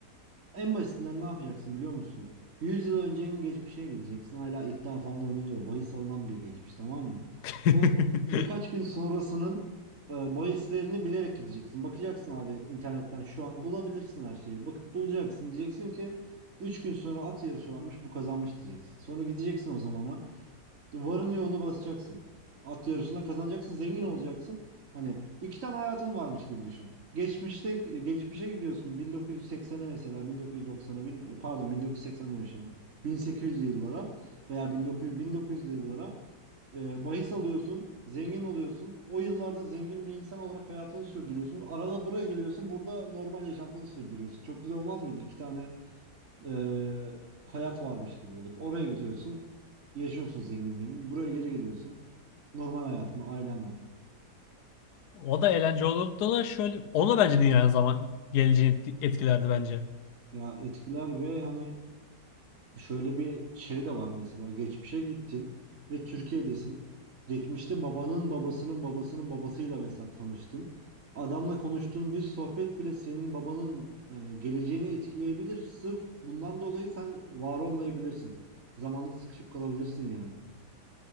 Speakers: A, on the right; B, on the left.
A: en basitinden ne yapacaksın biliyor musun? yüz yıl öncenin geçmişine gideceksin. Hala iddia falan oynanıyor. Bahis alınan bir geçmiş tamam mı?
B: <laughs>
A: O birkaç gün sonrasının e, bahislerini bilerek gideceksin. Bakacaksın abi internetten şu an bulabilirsin her şeyi. Bakıp bulacaksın. Diyeceksin ki 3 gün sonra at yarışı varmış bu kazanmış diyeceksin. Sonra gideceksin o zamana. Varın yoğunu basacaksın. At yarışında kazanacaksın, zengin olacaksın. Hani iki tane hayatın varmış gibi düşün. Geçmişte geçmişe gidiyorsun 1980'e mesela 1990'a bin- pardon 1980 demişim. 1800'lü yıllara veya 1900 1900'lü yıllara e, bahis alıyorsun, zengin oluyorsun. O yıllarda zengin bir insan olarak hayatını sürdürüyorsun. Arada buraya geliyorsun, burada normal yaşantını sürdürüyorsun. Çok güzel olmaz mıydı? İki tane eee, hayat varmış gibi olur. Oraya gidiyorsun, yaşıyorsun zengin zengin. Buraya geri geliyorsun. Normal hayatın, ailen var.
B: O da eğlence olurdu da şöyle o da bence dünyanın zaman geleceğini etkilerdi bence.
A: Ya etkiler ve hani şöyle bir şey de var mesela. Geçmişe gittin ve Türkiye'desin. Geçmişte babanın babasının babasının babasıyla mesela tanıştın. Adamla konuştuğun bir sohbet bile senin babanın hani geleceğini etkileyebilir. Sırf bundan dolayı sen var olmayabilirsin. Zamanla sıkışıp kalabilirsin yani.